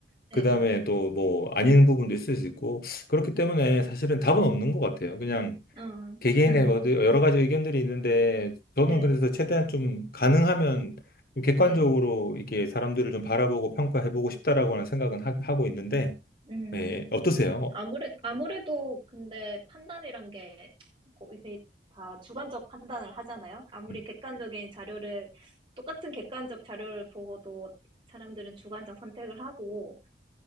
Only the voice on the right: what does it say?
네,
네.
음. 네. 예. 어,
<laughs>
네,
네, 네.
음.
아무래, 아무래도 근데 판단이란 게 고- 이게 다 주관적 판단을 하잖아요. 아무리
객관적인 자료를, 똑같은 객관적 자료를 보고도 사람들은 주관적 선택을 하고,